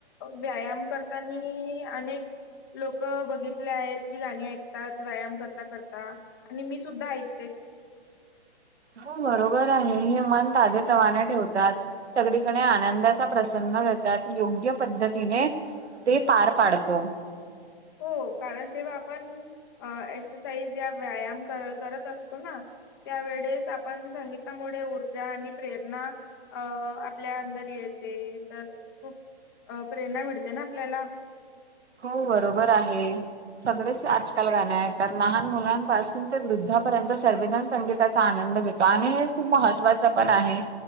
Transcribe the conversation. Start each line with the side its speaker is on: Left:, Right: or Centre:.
Left: व्यायाम करतानी अनेक लोक बघित ली आहेत जी गाणी ऐकतात व्यायाम करता करता आणि मी सुद्धा ऐक
Right: हो बरोबर आहे हे मन ताजे तवाने ठेवतात, सगळीकडे आनंदाचा प्रसन्न <unintelligible> तात योग्य पद्धतीने ते पार पाडतो.
Left: हो कारण जेव्हा आपण एक्ससाइज या व्यायाम कर करत असतो ना. त्यावेेडेस आपण संगीतामुळे ऊर्जा आणि प्रेरणा अ आपल्या अंदर येत ते तर खूप अ प्रेरणा मिळते ना आपल्याला
Right: हो बरोबर आहे, सगळेचं आजकाल गाण ऐकात लहान मुलांपासून ते वृद्ध ता पर्यंत सवेजण संगीताचा आनंद घेतो आणि हे खूप महत्त्वाचं पण आहे.